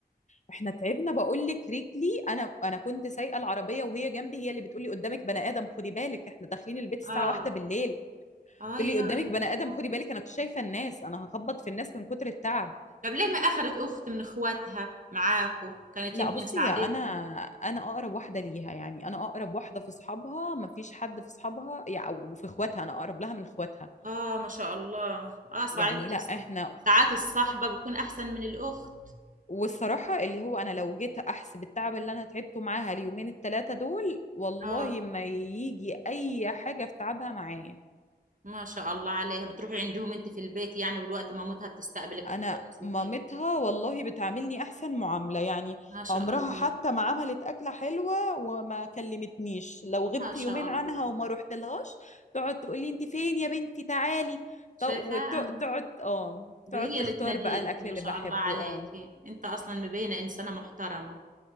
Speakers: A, on the left; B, on the right.
A: احنا تعبنا بقول لك رجلي انا انا كنت سايقه العربيه وهي جنبي هي اللي بتقولي قدامك بني ادم خدي بالك احنا داخلين البيت الساعه
B: اه
A: واحدة بالليل
B: اه
A: تقولي
B: يا يا
A: قدامك
B: الله.
A: بني ادم خدي بالك انا مش شايفه الناس انا هخبط في الناس من كتر التعب
B: طب ليه ما أخذت أخت من إخواتها معاكو كانت
A: لا
B: يمكن
A: بصي
B: ساعدتها
A: انا انا اقرب واحده ليها يعني انا اقرب واحده في اصحابها ما فيش حد في اصحابها يعني او في اخواتها انا اقرب لها من اخواتها
B: آه ما شاء الله آه صحيح
A: يعني لا احنا
B: ساعات الصحبة بتكون أحسن من الأخت
A: والصراحه اللي هو انا لو جيت احسب التعب اللي انا تعبته معاها اليومين الثلاثه دول والله
B: آه
A: ما يجي اي حاجه في تعبها معايا
B: ما شاء الله عليها بتروحي عندهم أنت في البيت يعني والوقت مامتها بتستقبلك كويس
A: انا مامتها
B: وكده
A: والله بتعاملني احسن معامله يعني
B: ما شاء
A: عمرها
B: الله
A: حتى ما عملت اكله حلوه وما كلمتنيش لو غبت
B: ما شاء
A: يومين
B: الله
A: عنها وما رحت لهاش تقعد تقول لي انت فين يا بنتي تعالي
B: شايفة
A: وتقعد
B: آه.
A: اه تقعد
B: هي
A: تختار
B: اللي تناديك
A: بقى الاكل
B: ما
A: اللي
B: شاء
A: بحبه
B: الله عليك
A: اه
B: أنت أصلا مبينة إنسانة محترمة